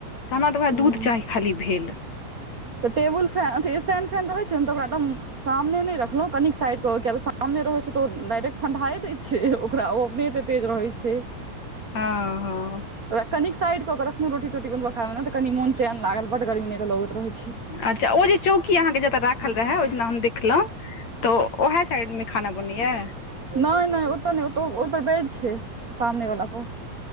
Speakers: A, on the left (about 50°); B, on the right (about 40°).
A: त हमरा त ओएह
B: हूं
A: दूध चाही खाली भेल।
B: तऽ टेबल फै स्टैंन्ड फैन रहै छै न, त ओकरा दम सामने नहि रखलहुँ, कनिक साइड क क किया त सामने रहै छै तऽ ओ डायरेक्ट ठण्ढाए दैत छै, ओकरा ओ अपने एते तेज रहै छै।
A: हँ-हँ
B: तो ओकरा कनिक साइड क क रखनौ, रोटी-तोटी बन बऽ काल में तऽ कनि मोन चैन लागल, बड गर्मी नहि तऽ लगैत रहै छै।
A: अच्छा ओ जे चौंकी अहाँके जतऽ राखल रहए ओहि दिना हम देखल‌ऊ तोऽ ओहै साइडमे खाना बनै यैं।
B: नहि-नहि ओतऽ नहि ओत ओहि पर बेड छै सामने बला पर।